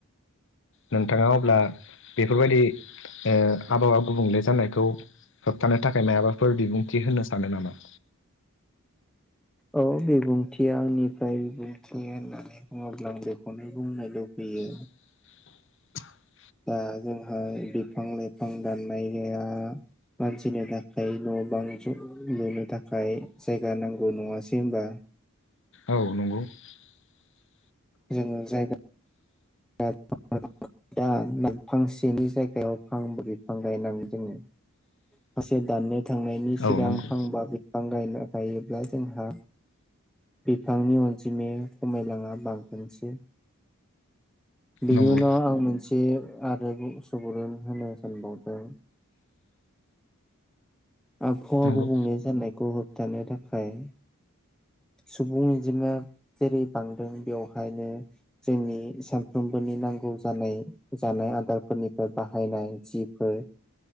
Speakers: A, on the left (about 60°); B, in the centre.
A: नोंथाङा अब्ला बेफोरबायदि ओ आबहावा गुबुंले जानायखौ होबथानो थाखाय मायाबाफोर बिबुंथि होनो सानो नामा?
B: औ बिबुंथिया आंनिफ्राय बिबुंथि होननानै बुङोब्ला आं बेखौनो बुंनो लुबैयो
A: <unintelligible>
B: ओ जोंहा बिफां -लाइफां दाननाय गाया मानसिनो थाखाय न' बां जु लुनो थाखाय जायगा नांगौ नङासै होनबा
A: औ नंगौ <unintelligible>
B: जोङो जायगा <unintelligible> दा फांसेनि जायगायाव फांब्रै बिफां गायनांग जोङो माखासे दाननो थांनायनि सिगां
A: औ नंगौ
B: फांबा बिफां गायना गायोब्ला जोंहा बिफांनि अनजिमाया समायलाङा बांगोनसो। बेनि
A: नंगौ
B: उनाव आं मोनसे आरो सुबुरुन होनो सानबावदों आबहावा
A: नंगौ
B: गुबुंले जानायखौ होबथानो थाखाय सुबुं इनजिमा जेरै बांदों बेवहायनो जोंनि सानफ्रोमबोनि नांगौ जानाय -जानाय आदारफोरनिफ्राय बाहायनाय जिफोर